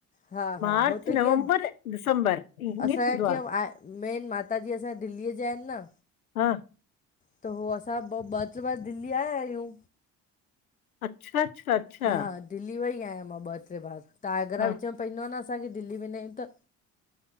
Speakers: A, on the left (about 20°); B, on the left (about 90°).
A: हा,
B: मार्च
A: हा, हो त
B: नवंबर
A: कीअं
B: दिसंबर ईअं
A: असांजो
B: थींदो
A: कीअं
B: आहे
A: आ मेन माताजीअ असांजे दिल्लीअ जा आहिनि न।
B: हा।
A: त उो असां ॿ ॿ टे बार दिल्ली आया आहियूं।
B: अच्छा, अच्छा। अच्छा
A: हा, दिल्ली वेई आहियां मां ॿ टे बार। त आगरा
B: हा
A: विचण में पईंद न असांजे दिल्ली वेंदा आहियूं त।